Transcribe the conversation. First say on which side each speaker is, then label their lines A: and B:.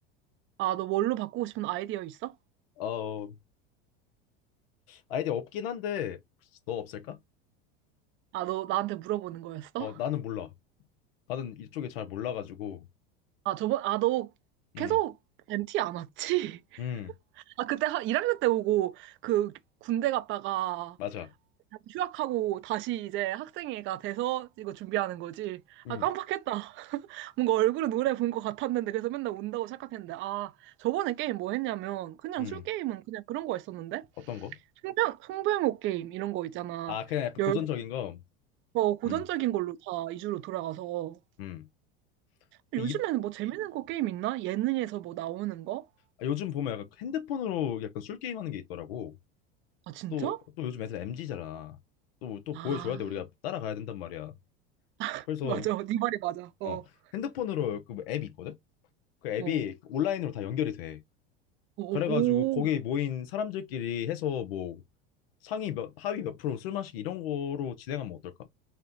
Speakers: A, on the right; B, on the left.
A: 아, 너 뭘로 바꾸고 싶은 아이디어 있어?
B: 어 아이디어 없긴 한데 너 없을까?
A: 아, 너 나한테 물어보는 거였어?
B: 어 나는 몰라. 나는 이쪽에 잘 몰라가지고
A: 아, 저번, 아, 너
B: 음
A: 계속 MT 안 왔지?
B: 음
A: <laughs> 아, 그때 한 1학년 때 오고 그 군대 갔다가
B: 맞아
A: 휴학하고 다시 이제 학생회가 돼서 이거 준비하는 거지.
B: 음
A: 아, 깜빡했다. <laughs> 뭔가 얼굴은 노래 본 것 같았는데 그래서 맨날 온다고 생각했는데 아, 저번에 게임 뭐 했냐면 그냥
B: 음
A: 술 게임은 그냥 그런 거 했었는데
B: 어떤 거?
A: 송병, 송병호 게임 이런 거 있잖아.
B: 아 그냥 약간
A: 열,
B: 고전적인 거.
A: 어, 고전적인
B: 음
A: 걸로 다 2주로 돌아가서
B: 음.
A: 요즘에는
B: 그 이
A: 뭐 재밌는 거 게임 있나? 예능에서 뭐 나오는 거?
B: 아, 요즘 보면 약간 핸드폰으로 약간 술 게임 하는 게 있더라고.
A: 아, 진짜?
B: 또 또 요즘 애들 m 지잖아 또 또
A: 아,
B: 보여줘야 돼 우리가 따라가야 된단 말이야.
A: <laughs>
B: 그래서
A: 맞아. 네 말이 맞아. 어,
B: 어
A: 어,
B: 핸드폰으로 그앱 있거든? 그 앱이
A: 어,
B: 온라인으로 다 연결이 돼.
A: 오,
B: 그래가지고 거기
A: 오,
B: 모인 사람들끼리 해서 뭐 상위 몇 하위 몇 프로 술 마시기 이런 거로 진행하면 어떨까?